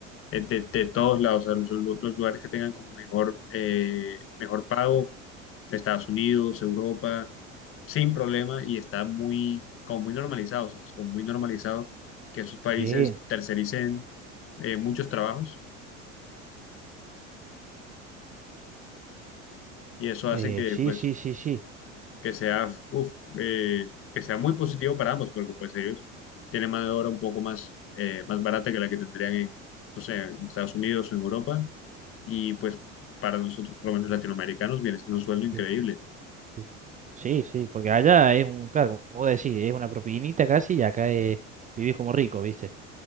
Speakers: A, on the left (about 35°); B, on the right (about 20°).
A: de, de- de todos lados, o sea, los, lu- los lugares que tengan como mejor, eh, mejor pago, Estados Unidos, Europa, sin problema y está muy, como muy normalizado, o sea, es como muy normalizado que esos países
B: sí,
A: tercericen eh, muchos trabajos y eso hace
B: eh,
A: que
B: sí,
A: pues
B: sí, sí, sí.
A: que sea, uf, eh, que sea muy positivo para ambos, porque pues ellos tienen mano de obra un poco más, eh, más barata que la que tendrían en, no sé, en Estados Unidos o en Europa, y pues para nosotros, por lo menos latinoamericanos, viene siendo un sueldo increíble.
B: Sí, sí, Sí, sí, porque allá es un, claro, como vos decís, es una propinita casi y acá es, vivís como rico, ¿viste?